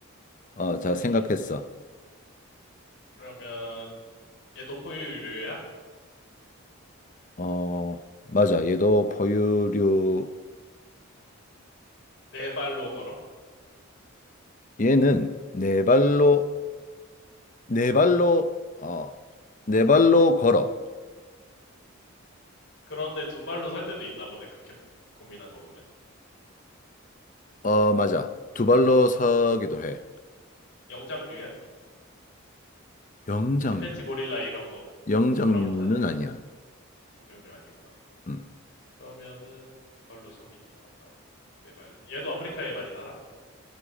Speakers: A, on the left; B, on the left.
A: 어, 자,
B: 오케이.
A: 생각했어.
B: 그러면 얘도 포유류야?
A: 어, 맞아. 얘도 포유류야.
B: 네 발로 걸어?
A: 얘는 네 발로, 네 발로, 어, 네 발로 걸어.
B: 그런데 두 발로 설 때도 있나 보네. 그렇게 고민한 거 보면.
A: 어, 맞아. 두 발로 서기도 해.
B: 영장류야?
A: 영장류.
B: c 팬치 고릴라 이런 거.
A: 영장류는
B: 오랑우탄 이런
A: 아니야.
B: 거. 영장류 아니구나.
A: 음.
B: 그러면은 두 발로 서기도 한다. 네 발이다. 얘도 아프리카에 많이 살아?